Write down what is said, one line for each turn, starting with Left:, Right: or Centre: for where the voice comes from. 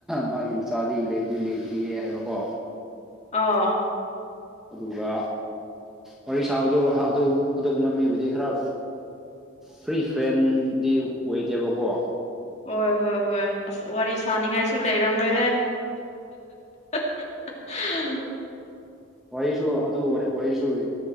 Centre: ꯃꯥꯒꯤ ꯃꯆꯥꯗꯤꯗꯤ ꯂꯩꯇ꯭ꯔꯤꯌꯦ ꯍꯥꯏꯕꯀꯣ
Left: ꯑ
Centre: ꯑꯗꯨꯒ ꯋꯥꯔꯤ ꯁꯥꯕꯗꯣ ꯑꯗꯨ ꯑꯗꯨꯒꯨꯝꯕ ꯃꯤꯕꯨꯗꯤ ꯈꯔ ꯐ꯭ꯔꯤ ꯐ꯭ꯔꯦꯟꯗꯤ ꯑꯣꯏꯗꯦꯕꯀꯣ
Left: ꯍꯣꯏ ꯍꯣꯏ ꯍꯣꯏ ꯑꯁ ꯋꯥꯔꯤ ꯁꯥꯅꯤꯡꯉꯥꯏꯁꯨ ꯂꯩꯔꯝꯔꯣꯏꯍꯦ <unintelligible>
Centre: ꯋꯥꯔꯤꯁꯨ ꯑꯗꯨ ꯋꯥꯔꯤꯁꯨ